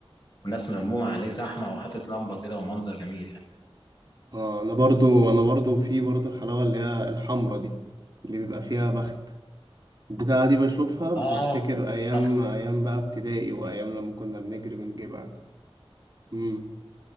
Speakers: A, on the left; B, on the right.
A: والناس ملمومة عليه زحمة وحاطط لمبة كده ومنظر جميل يعني
B: اه انا برضو انا برضو في برضو الحلاوه اللي هي الحمرا دي اللي بيبقى فيها بخت البتاعة دي بشوفها بفتكر
A: اه
B: أيام
A: البخت
B: أيام بقى ابتدائي وأيام لما كنا بنجري بنجيبها امم